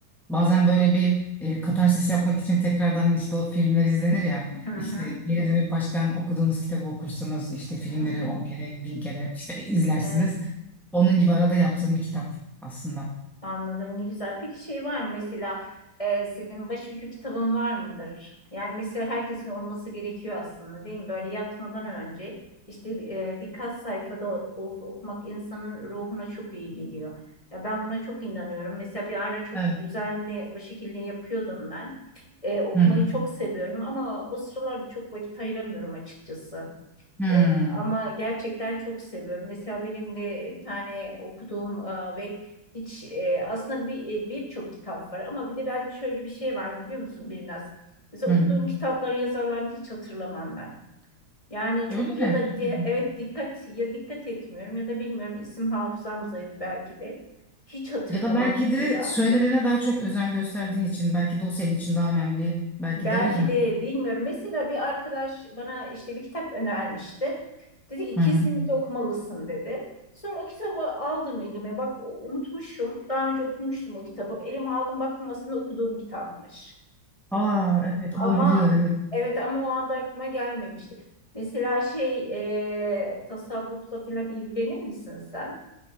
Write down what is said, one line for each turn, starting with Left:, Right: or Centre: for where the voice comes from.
Centre: bazen böyle bir e, katarsis yapmak için tekrardan işte o filmler izlenir ya.
Left: Hı hı.
Centre: İşte geri dönüp baştan okuduğunuz kitabı okursunuz. İşte filmleri
Left: <laughs> Hı hı.
Centre: 10 kere, bin kere işte izlersiniz.
Left: Evet,
Centre: Onun gibi arada yaptığım bir kitap aslında.
Left: anladım. Ne güzel. Peki şey var mı mesela e, senin başucu kitabın var mıdır? Yani mesela herkesin olması gerekiyor aslında değil mi? Böyle yatmadan önce işte e, birkaç sayfada olsa okumak insanın ruhuna çok iyi geliyor. Ya ben buna çok inanıyorum. Mesela bir ara çok
Centre: Evet.
Left: düzenli o şekilde yapıyordum ben. E, okumayı
Centre: Hı hı.
Left: çok seviyorum ama bu sıralarda çok vakit ayıramıyorum açıkçası.
Centre: Hmm.
Left: E, ama gerçekten çok seviyorum. Mesela benim de bir tane okuduğum e, ve hiç e, aslında bir e, birçok kitap var ama bir de bende şöyle bir şey var biliyor musun Birnaz? Mesela
Centre: Hı
Left: okuduğum
Centre: hı.
Left: kitapların yazarlarını hiç hatırlamam ben. Yani çok
Centre: Öyle mi?
Left: ya da
Centre: Çok
Left: di-
Centre: güzel.
Left: evet dikkat ya dikkat etmiyorum ya da bilmiyorum isim hafızam zayıf belki de. Hiç hatırlamam
Centre: Ya da belki
Left: mesela.
Centre: de söylenene daha çok özen gösterdiğin için belki de o senin için daha önemli. Belki
Left: Belki
Centre: de o yüzden.
Left: de bilmiyorum. Mesela bir arkadaş bana işte bir kitap önermişti. Dedi ki
Centre: Hı
Left: kesinlikle
Centre: hı.
Left: okumalısın dedi. Sonra o kitabı aldım elime. Bak o- unutmuşum. Daha önce okumuştum o kitabı. Elime aldım baktım aslında okuduğum kitapmış.
Centre: Aa evet
Left: Ama
Centre: olabiliyor evet.
Left: evet ama o anda aklıma gelmemişti. Mesela şey e, tasavvufla falan ilgilenir misin sen?